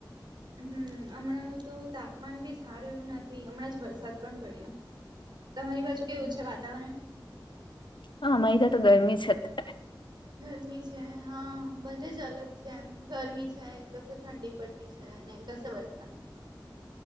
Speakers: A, on the right (about 65°); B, on the left (about 75°).
A: હમ હમણાં ન તો તાપમાન બી સારું એવું નથ થી હમણાં જ વરસાદ પણ પડ્યો. તમારી બાજુ કેવું છે વાતાવરણ?
B: હ અમારે ત્યાં તો ગરમી છે અત્યારે.
A: ગરમી છે હા બધે જ અલગ જેમ ગરમી છે કશે ઠંડી પડતી છે અને કશે વરસાદ.